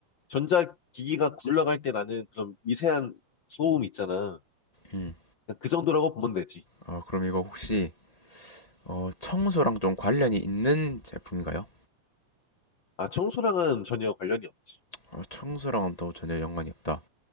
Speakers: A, on the left; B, on the left.
A: 전자기기가 굴러갈 때 나는 그런 미세한 소음 있잖아.
B: 음.
A: 그냥 그 정도라고 보면 되지.
B: 어, 그럼 이거 혹시 어, 청소랑 좀 관련이 있는 제품인가요?
A: 아, 청소랑은 전혀 관련이 없지.
B: 어, 청소랑은 또 전혀 연관이 없다.